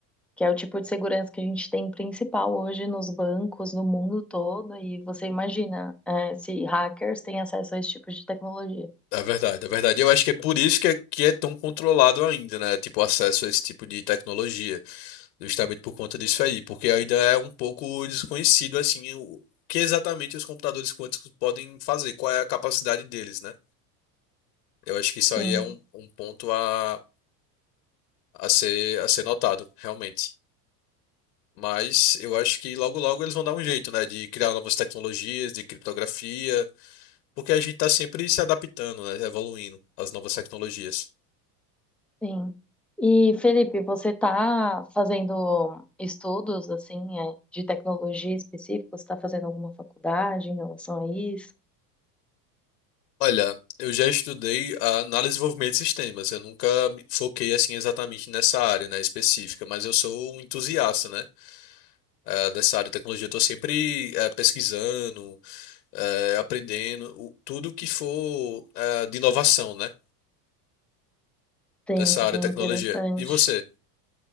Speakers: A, in the centre; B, on the left.
A: que é o tipo de segurança que a gente tem principal hoje nos bancos, no mundo todo, e você imagina, é, se hackers têm acesso a esse tipo de tecnologia.
B: É verdade, é verdade. Eu acho que é por isso que é, que é tão controlado ainda, né? Tipo, o acesso a esse tipo de tecnologia, justamente por conta disso aí, porque ainda é um pouco desconhecido, assim, o que exatamente os computadores quânticos podem fazer, qual é a capacidade deles, né? Eu acho que isso aí
A: Sim,
B: é um, um ponto a, a ser, a ser notado, realmente. Mas eu acho que logo logo eles vão dar um jeito, né? De criar novas tecnologias, de criptografia. Porque a gente está sempre se adaptando, né? Evoluindo às novas tecnologias.
A: sim. E Felipe, você está fazendo estudos assim, é, de tecnologia específica? Você está fazendo alguma faculdade em relação a isso?
B: Olha, eu já estudei a análise e desenvolvimento de sistemas. Eu nunca me foquei assim exatamente nessa área, né, específica, mas eu sou um entusiasta, né, eh, dessa área de tecnologia. Eu tô sempre eh, pesquisando, eh, aprendendo o- tudo que for eh, de inovação, né,
A: Sim,
B: dessa área
A: sim,
B: de tecnologia.
A: interessante.
B: E você?